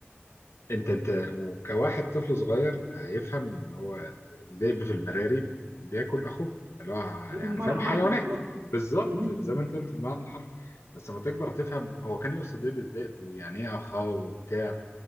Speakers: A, on the left; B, on the right.
A: انت انت وكواحد طفل صغير هيفهم ان هو الذئب في البراري بياكل اخوه اللي هو
B: هو ده
A: يعني
B: المعنى
A: فاهم
B: الحرفي
A: حيوانات
B: بالظبط
A: بالظبط
B: مهم.
A: زي ما انت قلت بمعنى الحرف بس لما تكبر هتفهم هو كان يقصد ايه بالذئب ويعني ايه اخاه وبتاع